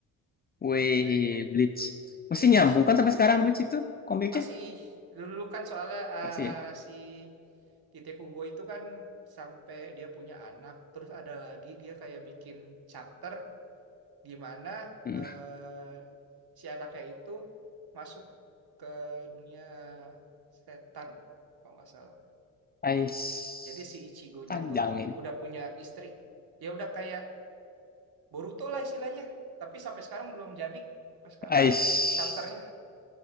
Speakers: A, on the left; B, on the right.
A: Wih, Bleach. Masih
B: Bleach,
A: nyambung kan sampai sekarang Bleach itu komiknya?
B: Masih dulu kan soalnya eh,
A: Masih ya?
B: si Tite Kubo itu kan sampai dia punya anak, terus ada lagi dia kayak bikin chapter di mana
A: Hmm.
B: eh, si anaknya itu masuk ke dunia setan kalau nggak salah.
A: Ais.
B: Jadi si Ichigo-nya
A: Panjang
B: itu
A: ini.
B: udah punya istri. Ya udah kayak Boruto lah istilahnya, tapi sampai sekarang belum jadi sampai sekarang
A: Ais.
B: chapternya.